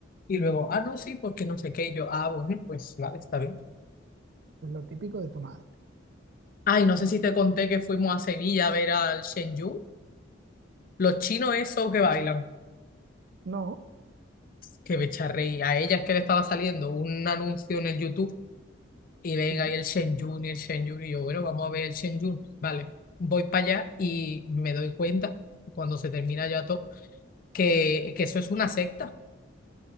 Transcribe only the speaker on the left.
Y luego, ah, no, sí, porque no sé qué. Y yo, ah, bueno, pues vale, está bien.
Ay, no sé si te conté que fuimos a Sevilla a ver al Shen Yun. Los chinos esos que bailan.
Que me echa a reír. A ella es que le estaba saliendo un anuncio en el YouTube. Y venga,
y el Shen Yun, y el Shen Yun. Y yo, bueno, vamos a ver el Shen Yun. Vale, voy para allá y me doy cuenta, cuando se termina ya todo, que, que eso es una secta